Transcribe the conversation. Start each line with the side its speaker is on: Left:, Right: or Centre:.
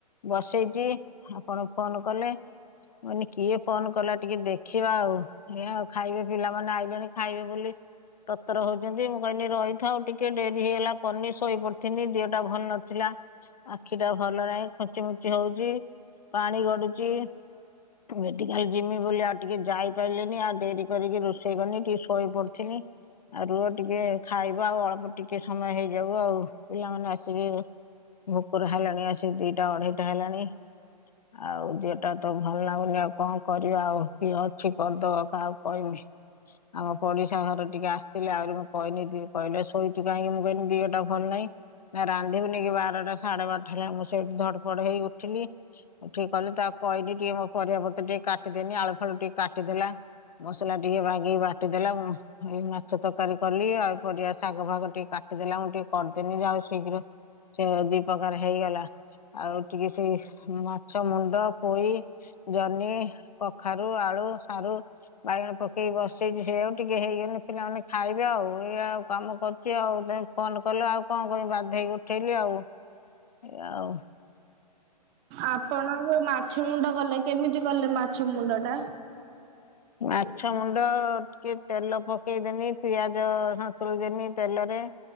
Left: ବସେଇଚି ଆପଣ ଫୋନ କଲେ ମୁଁ କଇନି କିଏ ଫୋନ କଲା ଟିକେ ଦେଖିବା ଆଉ। ଏଇଆ ଆଉ ଖାଇବେ ପିଲାମାନେ ଆଇଲେଣି ଖାଇବେ ବୋଲି ତରତର ହଉଛନ୍ତି, ମୁଁ କହନି ରହିଥାଉ ଟିକେ ଡେରି ହେଇଗଲା କନି ଶୋଇପଡିଥିନି ଦିହଟା ଭଲ ନଥିଲା। ଆଖି ଟା ଭଲ ନାହିଁ ଖୁଞ୍ଚି ମୁଞ୍ଚି ହଉଛି ପାଣି ଗଡୁଚି ମେଡିକାଲ ଯିମି ବୋଲି ଆଉ ଟିକେ ଯାଇ ପାଇଲିନି ଆଉ ଡେରି କରିକି ରୋଷେଇ କନି ଟିକେ ଶୋଇ ପଡିଥିନି। ଆ ରୁହ ଟିକେ ଖାଇବ ଆଉ ଅଳ୍ପ ଟିକେ ସମୟ ହେଇଯାଉ ଆଉ ପିଲାମାନେ ଆସିବେ ଭୁକୁରା ହେଲାଣି ଆସି ଦିଇଟା ଅଢେଇଟା ହେଲାଣି। ଆଉ ଦିହ ଟା ତ ଭଲ ନାଗୁନି ଆଉ କଣ କରିବା ଆଉ ଦିହ ଛି କରିଦବ କାହାକୁ କହିମି? ଆମ ପଡିଶା ଘର ଟିକେ ଆସିଥିଲେ ଆହୁରି ମୁଁ କହିନି ଦି କହିଲେ ଶୋଇଛିୁ କାହିଁକି ମୁଁ କହିନି ଦିହଟା ଭଲ ନାହିଁ। ନା ରାନ୍ଧିବୁନି କି ବାରଟା ସାଢେ ବାରଟା ହେଲାଣି ମୁଁ ସେଇଠୁ ଧଡପଡ ହେଇ ଉଠିଲି ଉଠିକି କିହିଲି ତାକୁ କହିଲି ଟିକେ ମୋ ପରିବା ପତ୍ର ଟିକେ କାଟିଦେନି ଆଳୁ ଫାଳୁ ଟିକେ କାଟିଦେଲା ମସଲା ଟିକେ ବାଗେଇକି ବାଟିଦେଲା ମୁଁ ଏଇ ମାଛ ତରକାରୀ କଲି ଆଉ ପରିବା ଶାଗ ଫାଗ ଟିକେ କାଟିଦେଲା ମୁଁ ଟିକେ କରିଦେନି ଯା ହଉ ଶୀଘ୍ର ସେ ଦି ପ୍ରକାର ହେଇଗଲା ଆଉ ଟିକେ ସେଇ ମାଛ ମୁଣ୍ଡ ପୋଇ ଜହ୍ନି, କଖାରୁ, ଆଳୁ, ସାରୁ ବାଇଗଣ ପକେଇକି ବସେଇଛି ସେଇଆକୁ ଟିକେ ହେଇଗନେ ପିଲାମାନେ ଖାଇବେ ଆଉ ଏଇ ଆଉ କାମ କରୁ ଚି ଆଉ ତମେ ଫୋନ୍ କଲ ଆଉ କଣ କରିମି ବାଧ୍ୟ ହେଇକି ଉଠେଇଲି ଆଉ, ଏଇଆ ଆଉ।
Right: ଆପଣ ଯୋଉ ମାଛ ମୁଣ୍ଡ କଲେ, କେମିତି କଲେ ମାଛ ମୁଣ୍ଡ ଟା?
Left: ମାଛ ମୁଣ୍ଡ ଟିକେ ତେଲ ପକେଇଦେନି ପିଆଜ ସନ୍ତୁଳି ଦେନି ତେଲରେ